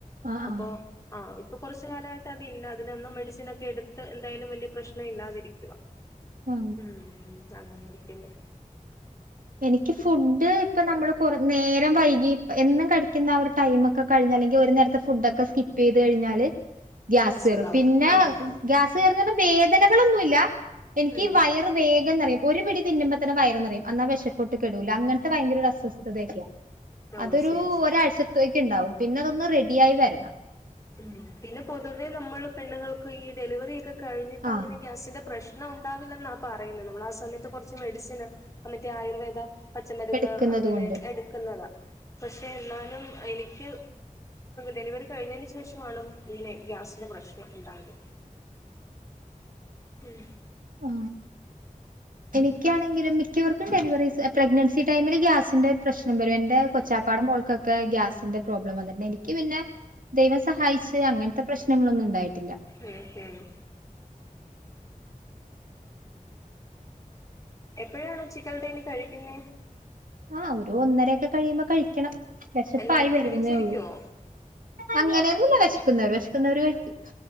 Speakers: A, on the right; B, on the left.
A: ആ ആ
B: അപ്പൊ ആ ഇപ്പൊ കുറച്ചു കാലമായിട്ട് അതില്ല അതിനന്നും മെഡിസിന ഒക്കെ എടുത്ത് എന്തായാലും വലിയ പ്രശ്നം ഇല്ലാതിരിക്കുക
A: ആ
B: ഉം നന്ന ഇരിക്കില്ലേ
A: എനിക്ക് ഫുഡ് ഇപ്പ നമ്മള് കൊറ നേരം വൈകി എന്നും ക്കഴി ുന്ന ആ ഒരുടൈം ഒക്കെ കഴഞ്ഞങ്ക നി ഒരു നേരത്തെ ഫുഡൊക്കെകപ്പ് ചെയ്ത് കഴിഞ്ഞാല് ഗ്യാസ് കറും
B: ഉണ്ടാവോ
A: പിന്നെ
B: ആഹ് ആഹ്
A: ഗ്യാസ് ക വേന ങ്ങളൊന്നുമല്ല എനിക്ക്
B: ഉം
A: വയർ വേഗം എന്നറിയ ഒരു പിടി തിുമ്പ തന്ന വയർ നിറയുംാ കച്ചപ്പെട്ട് കെടൂല അങ്ങനത്തെ ഭയങ്കര അസ്വസ്ഥതയൊക്കെയാ
B: ഓ
A: അതൊരു
B: ശരി ശരി
A: ഒരാഴ്ചത്തേക്ക് ഉണ്ടാവും പിന്നെ അതൊന്ന് റെഡിിയായി വരണം
B: ഉ പിന്നെ പൊതുവേ നമ്മള് പെണ്ണുങ്ങൾക്ക് ഈ ഡെലിവറി ചെയ്ത് കഴിഞ്ഞി് അങ്ങന
A: ആ
B: ഗ്യാസിന്റെ പ്രശ്നം ഇ ഉണ്ടാവില്ലെന്ന ആ പറയുന്നത് നമ്മൾ ആ സമയത്ത് കുറച്ച് മെഡിസിന് അമത്തെേ ആയുർവേദ പച്ചമരുന്ന്
A: എടുക്കുന്നത്
B: അങ്ങനെ
A: കൊണ്ട്
B: എടുക്കുന്നതാ പക്ഷെ എന്നാലും എനിക്ക് ഡെലിവറി കഴിഞ്ഞ ശേഷമാണ് ഇനെ ഗ്യാസിന്റെ പ്രശ്നം ഉണ്ടായത് ഉം
A: ആ എനിക്കാണെങ്കിലും മിക്കവർക്കും ഡെലിവറി പ്രഗ്നൻസി ടൈമിൽ ഗ്യാസിന്റെ പ്രശ്നം വരും എന്റെ കൊച്ചാപ്പാടം മോൾക്കൊക്കെ ഗ്യാസിന്റെ പ്രോബ്ലം വന്നിട്ടുണ്ട് എനിക്ക് പിന്നെ ദൈവം സഹായിച്ച് അങ്ങനത്തെ പ്രശ്നങ്ങളൊന്നും ഉണ്ടായിട്ടില്ല
B: ഉം ഹം എപ്പോഴാണോ ചിക്കൻ തനി കഴിക്കുന്ന
A: ആഹ ഒരുോ ഒന്നര ഒൊക്കെ കഴിയുമ്പോ കഴിക്കണം വിശപ്പായി
B: എല്ലാരും
A: വരുന്നേ
B: ഒരുമിച്ചിരിക്കുവോ
A: ഉള്ളൂ അങ്ങനെ ഒ വിശിക്കുന്നവർ വിശിക്കുന്നവർ കഴിക്കും